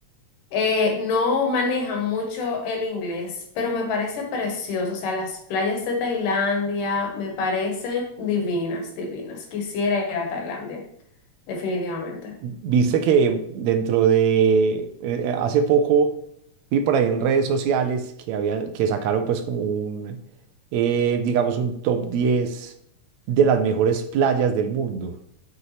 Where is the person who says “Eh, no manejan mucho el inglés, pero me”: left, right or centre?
Left